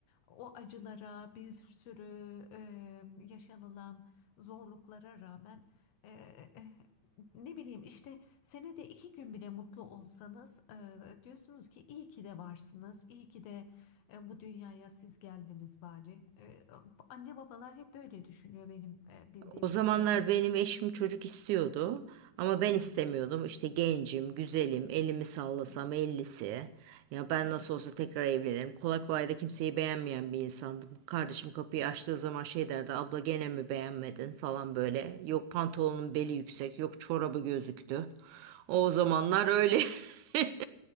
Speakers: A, on the left; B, on the right.
A: O acılara bir sürü e, yaşanılan zorluklara rağmen e, e, ne bileyim işte senede iki gün bile mutlu olsanız e, diyorsunuz ki iyi ki de varsınız, iyi ki de e, bu dünyaya siz geldiniz bari. E, anne babalar hep böyle düşünüyor benim e, bildiğim
B: O zamanlar
A: kadarıyla.
B: benim eşim çocuk istiyordu ama ben
A: Evet.
B: istemiyordum. İşte gencim, güzelim, elimi sallasam
A: Evet.
B: ellisi. Ya ben
A: Aha.
B: nasıl olsa tekrar evlenirim. Kolay kolay da kimseyi beğenmeyen bir insandım. Kardeşim kapıyı
A: Evet.
B: açtığı zaman şey derdi, abla gene mi beğenmedin falan böyle. Yok pantolonun beli yüksek, yok çorabı gözüktü. O
A: <laughs>
B: zamanlar öyle. <laughs>